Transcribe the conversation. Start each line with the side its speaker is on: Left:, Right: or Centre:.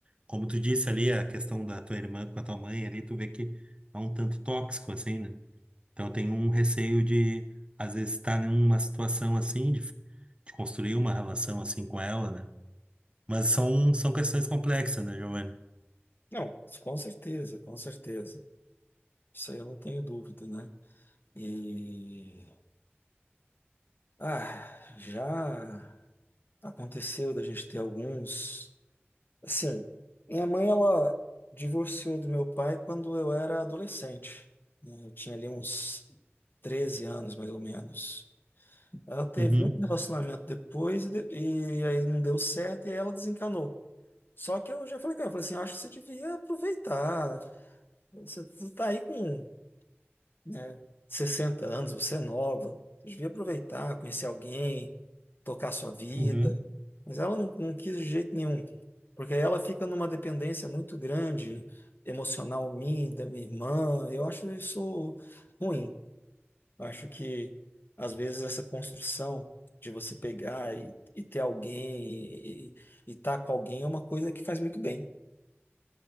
Right: Como tu disse ali, a questão da tua irmã com a tua mãe ali, tu vê que é um tanto tóxico, assim, né? Então eu tenho um receio de, às vezes, estar numa situação assim, de, de construir uma relação assim com ela, né? Mas são, são questões complexas, né, Giovanni?
Left: não, com certeza, com certeza. Isso aí eu não tenho dúvida, né? E ah, já aconteceu da gente ter alguns. Assim, minha mãe ela divorciou do meu pai quando eu era adolescente. né? Eu tinha ali uns 13 anos, mais ou menos. Ela teve
Right: Uhum,
Left: um relacionamento depois e, de- e aí não deu certo e ela desencanou. Só que eu já falei com ela, falei assim, acho que você devia aproveitar. Você tá aí com né? 60 anos, você é nova, você devia aproveitar, conhecer alguém, tocar sua vida.
Right: uhum.
Left: Mas ela não, não quis de jeito nenhum, porque aí ela fica numa dependência muito grande, emocional minha, e da minha irmã. Eu acho isso ruim. Eu acho que, às vezes, essa construção de você pegar e, e ter alguém e estar com alguém é uma coisa que faz muito bem.